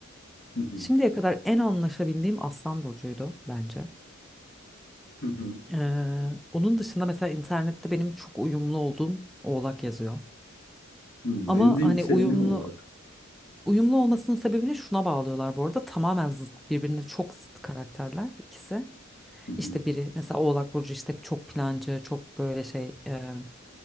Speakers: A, on the left; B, in the centre.
A: Hı hı,
B: Şimdiye kadar en anlaşabildiğim Aslan Burcu'ydu bence.
A: hı hı,
B: Ee, onun dışında mesela internette benim çok uyumlu olduğum Oğlak yazıyor.
A: hı.
B: Ama
A: Benim de yükselenim
B: hani uyumlu
A: Oğlak.
B: uyumlu olmasının sebebini şuna bağlıyorlar bu arada. Tamamen zıt birbirine çok zıt karakterler ikisi.
A: Hı hı,
B: İşte biri mesela Oğlak Burcu işte çok plancı, çok böyle şey e,